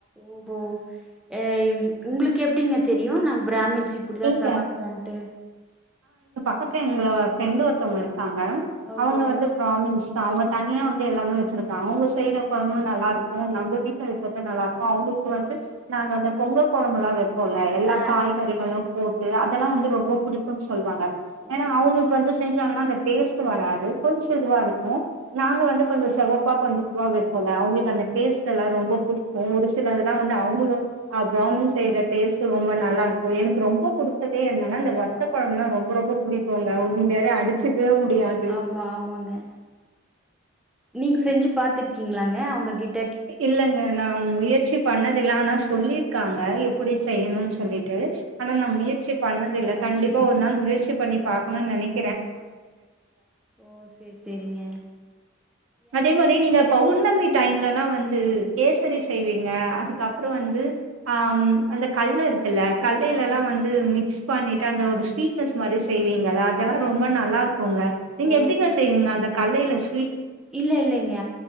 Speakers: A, in the centre; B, on the right.
A: ஓஹோ எ உங்ளுக் எப்டிங்க தெரியு நா ப்ராமின்ஸ் ச்சு இப்பிடிதா‌
B: எங்க
A: சமைபோன்ட்டு
B: அப்புறோ எங்களோ ஃப்ரெண்டு ஒருத்தவங்க இருக் இருக்காங்க
A: ஓஹோ
B: அவங்க வந்து ப்ராமின்ஸ்தா அவங்க தனியா வந்து எல்லாமே வச்சிருப்பாங்க அவேங்க செய்யுற கொழம்பு நல்லா இருக்கு நம்ம வீட்டுல வைக்கிறது நல்லா இருக்கு அவங்களுக்கு வந்து நாங்க அந்த பொங்க கொழம்புல்லா வெப்போ குல எல்லா
A: ஆ
B: காய்கறிகளு போட்டு அதெல்லா
A: ஆ
B: வந்து ரொம்ப புடிக்குன் சொல்லுவாங்க
A: ஓஹோ
B: ஏனா அவங்ளுக்கு வந்து செ செஞ்சாங்கன்னா அந்த டேஸ்ட் வராது கொஞ்சோதுவா இருக்கு நாங்க வந்து கொஞ்ச செவப்பு அப்பாக்கு வந்து உருவா வைப்போல அவங்களுக்கு அந்த டேஸ்ட் எல்லா ரொம்ப பிடிக்கு ஒரு சிலதுல்லா வந்து அவங்களு அ பிராமின் செய்யற டேஸ்ட் ரொம்ப நல்லா இருக்கு எனக்கு ரொம்ப புடிச்சதே என்னன்னா அந்த வத்த கொழம்புன்னா ரொம்ப ரொம்ப புடிக்கோங்க
A: ஆமா
B: உண்டியாலே அடிச்சுக்கவே முடியாது
A: ஆமா ஆமாங்க நீங்க செஞ்சு பாத்துருக்கீங்களாங்க அவங்க கிட்
B: இல்லங்க நா முயற்சி பண்ணதுல்ல ஆனா சொல்லிருக்காங்க எப்படி செய்யணுன்னு சொல்லிட்டு ஆனா நா முயற்சி பண்ணதில்ல
A: முயற்சி
B: கண்டிப்பா ஒரு நாள் முயற்சி பண்ணி பாகணுன்னு நெனைக்
A: ஓ ஓ சரி சரிங்க
B: அதே மாரி நீங்க பவுர்ணமி டைம்ல ல்லா வந்து கேசரி செய்வீங்க அதுக்கப்புறோ வந்து அ அந்த கல்ல இருக்கு ல்ல கடலல்லா
A: ஆமாங்க
B: வந்து மிக்ஸ் பண்ணிட்டு அந்த ஒரு ஸ்வீட்னஸ் மாரி செய்வீங்கள அதெல்லா ரொம்ப நல்லா குங்க நீங்க
A: ஓ
B: எப்டிங்க செய்வீங்க அந்த கலலை ஸ்
A: இல்ல இல்ல ங்க